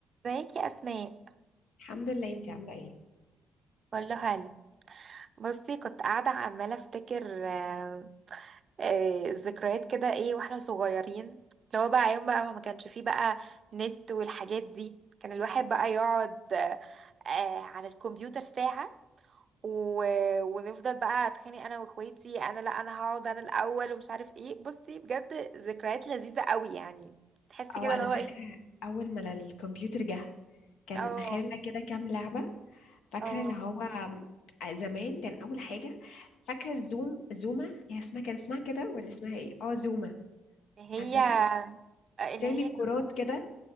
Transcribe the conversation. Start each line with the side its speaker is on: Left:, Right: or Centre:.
Right: ازيك يا اسماء
Left: الحمد لله انتي عاملة ايه؟
Right: كله حلو بصي كنت قاعده عماله افتكر آه، آه، الذكريات كده ايه واحنا صغيرين اللي هو بقى ايام بقى ما كانش فيه بقى نت والحاجات دي كان الواحد بقى يقعد آه، آه، على الكمبيوتر ساعه و... ونفضل بقى اتخانق انا واخواتي انا لا انا هقعد انا الاول ومش عارف ايه بصي بجد ذكريات لذيذه قوي يعني تحسي
Left: اه
Right: كده اللي
Left: انا
Right: هو
Left: فاكرة
Right: ايه
Left: اول ما الكمبيوتر جه كان
Right: اه
Left: اخرنا كده كام لعبة فاكرة
Right: اه
Left: اللي هو آم، زمان كان اول حاجة فاكرة الزوم زوما هي اسمها كان اسمها كده ولا اسمها ايه؟ اه زوما
Right: اللي
Left: عارفاها؟
Right: هي آه،
Left: بترمي
Right: اللي
Left: الكرات
Right: هي
Left: كده